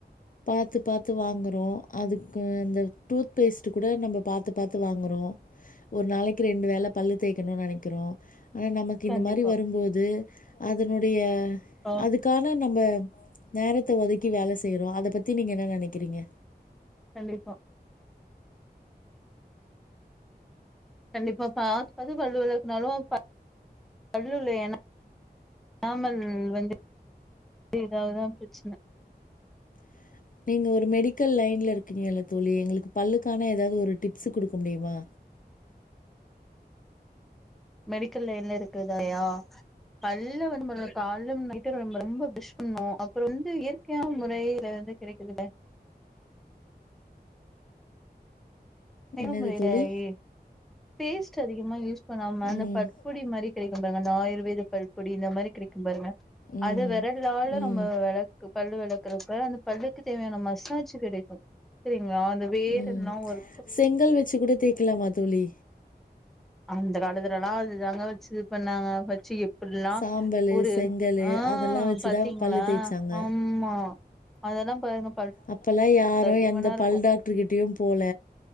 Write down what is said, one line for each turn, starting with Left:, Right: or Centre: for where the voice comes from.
Left: பாத்து பாத்து வாங்குறோ அதுக்கு அந்த டூத் பேஸ்ட்டுகூட நம்ம பாத்து பாத்து வாங்குறோ ஒரு நாளைக்கு ரெண்டு வேல பல்லு தேய்க்கணு நெனைக்குறோ ஆனா நமக்கு
Centre: கண்டிப்பா
Left: இந்தமாரி வரும்போது அதனுடைய
Centre: ஆ
Left: அதுக் கான நம்ப நேரத்த ஒதுக்கி வேல செய்யுறோ அத பத்தி நீங்க என்ன நெனைக்கிறீங்க
Centre: கண்டிப்பா கண்டிப்பா பாத்து பாத்து பல்லு வெளக் நல்லா ஒ பல்லுல எனா <unintelligible> எதாத்தா ப்ரச்சன
Left: <inaudible> நீங்க ஒரு மெடிக்கல் லைன்ல இருக்கீங்கல்ல தோழி எங்களுக்கு பல்லுக்கான எதாது ஒரு டிப்ஸ்சு குடுக்க முடியுமா
Centre: மெடிக்கல் லைன்ல இருக்கதாலயா பல்ல வந்து நம்ப கால்ல நைட்டு ரொம்ப ரொம்ப ப்ரெஷ் பண்ணு அப்புறோ வந்து இயற் கையான முறைல வந்து கிடைக்குதுல்ல <unintelligible>
Left: என்னது தோழி?
Centre: பேஸ்ட் அதிகமா யூஸ் பண்ணாம அந்த
Left: ம்.
Centre: ப பொடிமாரி கெடைக்கு பாருங்க அந்த ஆயுர்வேத பல்பொடி இந்தமாரி கெடைக்கு பாருங்க
Left: ம்.
Centre: அது வெரலால
Left: ம்.
Centre: நம்ம வெளக்கு பல்லு வெளக்குறப்ப அந்த பல்லுக்கு தேவையான மசாஜ் கெடைக்கு செரிங்களா அந்த வேர்
Left: ம்
Centre: எல்லா ஒரு
Left: செங்கல் வெச்சுகூட தேக்கலாமா தோழி
Centre: அந்த காலத்துலலா அது தாங்க வெச்சு இது பண்ணாங்க வெச்சு எப் புல்லா
Left: சாம்பலு
Centre: ஒரு
Left: செங்கலு
Centre: ஆ
Left: அதெல்லா வச்சுதா
Centre: பாத்தீங்ளா
Left: பல்லு தேய்ச்சாங்க
Centre: ஆம்மா அதெல்லா பாருங்க
Left: அப்பல்லா யாரு
Centre: தடிமனா
Left: எந்த
Centre: இருக்கு
Left: பல் டாக் கிட்டியு போல